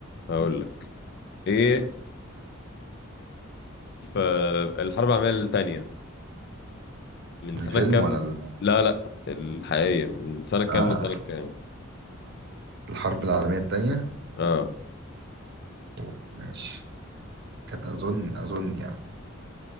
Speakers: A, on the left; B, on the right.
A: هقول لك ايه فالحرب العالميه الثانيه من
B: الفيلم
A: سنه كام
B: ولا ال...
A: لا لا الحقيقيه من سنه كام
B: اه
A: لسنه كام
B: الحرب العالمية التانية
A: اه
B: أوه، ماشي كانت اظن اظن يعني